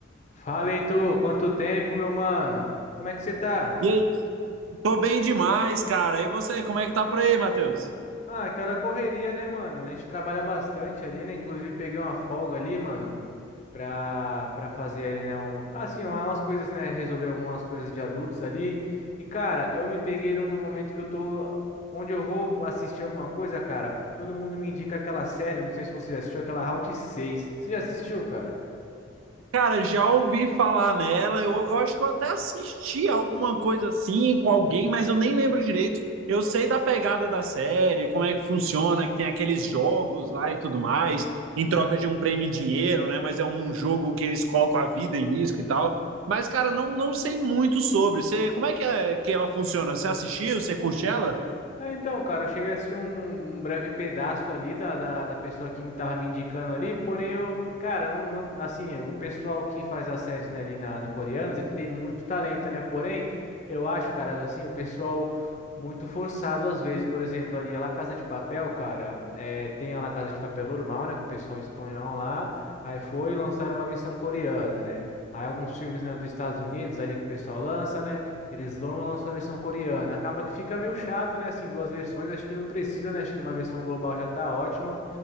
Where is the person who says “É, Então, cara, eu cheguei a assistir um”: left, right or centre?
Left